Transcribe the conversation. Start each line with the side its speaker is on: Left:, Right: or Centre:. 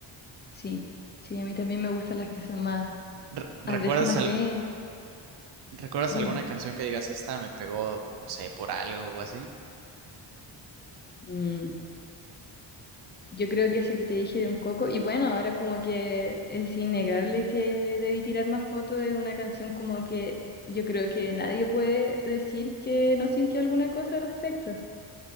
Left: Sí, sí, a mí también me gustan las que son más
Right: Re- ¿Recuerdas
Left: a veces más
Right: al-
Left: lenta.
Right: ¿Recuerdas
Left: Dime.
Right: alguna canción que digas, esta me pegó, no sé, por algo o así?
Left: Mm, yo creo que esa que te dije de un coco, y bueno, ahora como que es innegable que debí tirar más fotos de una canción como que yo creo que nadie puede decir que no sintió alguna cosa al respecto.